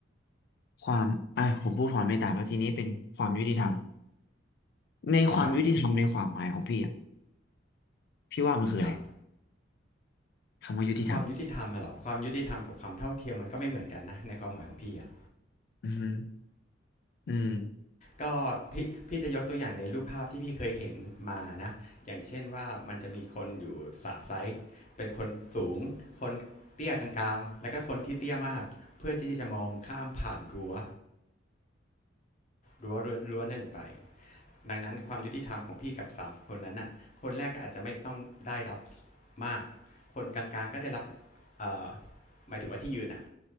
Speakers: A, on the left (about 55°); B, on the left (about 40°).
A: ความอ่ะผมพูดความเมตตาแล้วทีนี้เป็นความยุติธรรมในความยุติธรรมในความหมายของพี่อ่ะ
B: ครับ
A: พี่ว่ามันคืออะไร
B: ครับ
A: คำว่ายุติธรรม
B: ความยุติธรรมอะเหรอความยุติธรรมกับความเท่าเทียมมันก็ไม่เหมือนกันนะในความหมายของพี่อะ
A: อือฮึอืม
B: ก็พี่พี่จะยกตัวอย่างในรูปภาพที่พี่เคยเห็นมานะอย่างเช่นว่ามันจะมีคนอยู่สามไซส์เป็นคนสูง คนเตี้ยกลางๆแล้วก็คนที่เตี้ยมาก เพื่อที่จะมองข้ามผ่านรั้วรั้วเรือนรั้วหนึ่งไป ดังนั้นความยุติธรรมของพี่กับ3คนนั้นน่ะคนแรกก็อาจจะไม่ต้องได้รับมาก คนกลางๆก็ได้รับเอ่อหมายถึงว่าที่ยืนอ่ะ